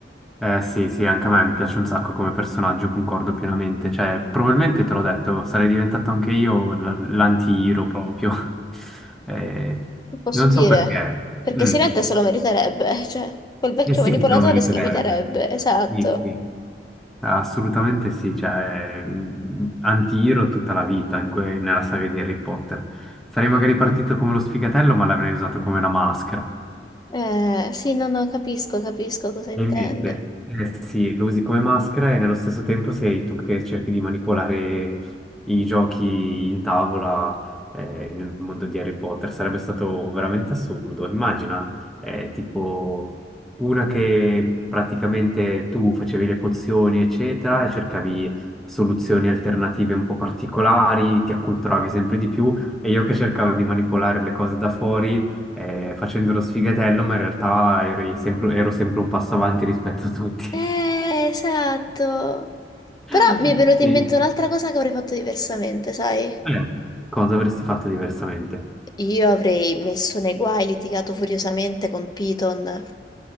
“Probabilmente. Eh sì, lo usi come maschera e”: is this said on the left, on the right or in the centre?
Centre